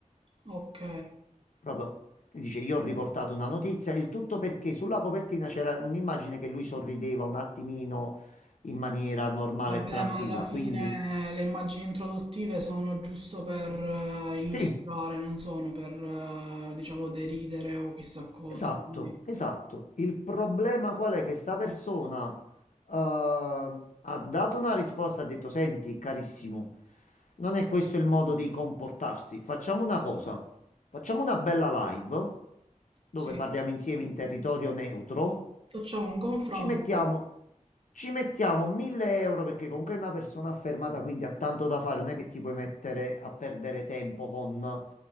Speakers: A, on the right; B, on the left.
A: Ok.
B: Proprio lui dice: Io ho riportato una notizia. Il tutto perché sulla copertina c'era un'immagine che lui sorrideva un attimino in maniera normale
A: Vabbè,
B: e tranquilla.
A: ma alla fine
B: Quindi,
A: le immagini introduttive sono giusto per eh, illustrare,
B: sì,
A: non sono per, eh, diciamo, deridere o chissà cosa.
B: Esatto,
A: Quindi,
B: esatto. Il problema qual è? Che sta persona eh, ha dato una risposta, ha detto, senti, carissimo, non è questo il modo di comportarsi. Facciamo una cosa, facciamo una bella live dove
A: sì,
B: parliamo insieme in territorio neutro.
A: facciamo un confronto.
B: Ci mettiamo, ci mettiamo 1000 euro perché comunque è una persona affermata, quindi ha tanto da fare, non è che ti puoi mettere a perdere tempo con